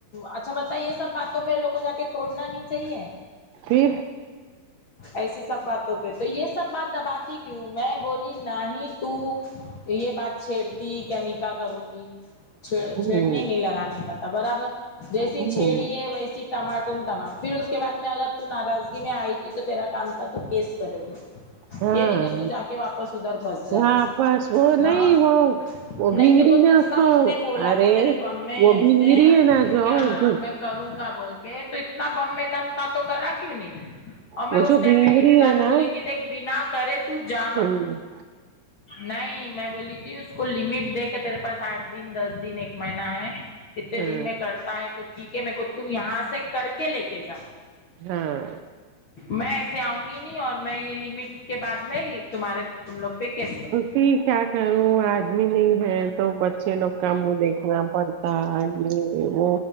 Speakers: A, on the left (about 45°); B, on the right (about 80°).
A: اچھا بتائی یہ سب باتوں پہ لو کو جا کے توڑنا نہیں چاہیے
B: پھر
A: ایسی سب باتوں پہ تو یہ سب بات دباتی کیوں میں بولی نا ہی تو یہ بات چھیڑتی کیا نکاح کروں گی چھ
B: ہوں
A: چھیڑنے نہیں لگانے کا تھا برابر جیسی
B: ہوں
A: چھیڑی ہے ویسی ٹماٹ ٹماٹ پھر اس کے بعد میں اگر تو ناراضگی میں آئی تھی تو تیرا کام تھا تو کیس کرے
B: ہاں
A: یہ نہیں کہ تو جا کے واپس ادھر بس جا
B: واپس وہ نہیں
A: ہاں
B: وہ وہ
A: نہیں
B: بھنگری
A: تیکو
B: نے
A: جتنا
B: کو
A: اس نے بولا
B: ارے
A: تھا تیرے غم میں
B: وہ بھنگری
A: اس نے
B: ہے نا جو
A: کیا
B: جو
A: میں کروں گا بول کے تو اتنا بم میں دم تھا تو کرا کیوں نہیں پھر اور میں
B: وہ
A: اس
B: جو
A: ٹائم
B: بھنگری
A: پہ یہ بھی بات
B: ہے نا
A: بولی تھی دیکھ بنا کرے تو جامت
B: جی
A: نہیں میں بولی تھی اس کو لمٹ دے کے تیرے پاس آٹھ دن دس دن ایک مہینہ ہے کتنے
B: ہے
A: دن میں کرتا ہے تو ٹھیک ہے میر کو تو یہاں سے کر کے لے کے جا
B: ہاں
A: میں ایسے آؤں گی نہیں اور میں یہ لمٹ کے بعد میں تمہارے تم لوگ پکستان
B: ج کیا کروں آدمی نہیں ہے تو بچے لوگ کا مو کو دیکھنا پر تا یہ وہ